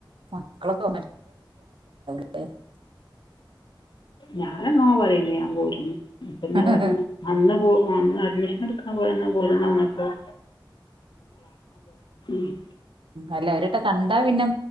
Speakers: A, on the right; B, on the left.
A: മക്കളൊക്കെ <unintelligible>
B: ഞാനെന്നോ പറയന്ന്‌ ഞാൻ പോവൂലാന്ന് ഇപ്പന്നപറഞ്ഞത്
A: കൊണ്ടോവല്ണ്ടാവൂല
B: അന്ന് പോ വന്ന് അഡ്മിഷൻ എടുക്കാൻ പോന്ന പോലം വന്നപ്പോള <unintelligible>
A: അല്ല ഒരട്ട കണ്ടാ പിന്നെ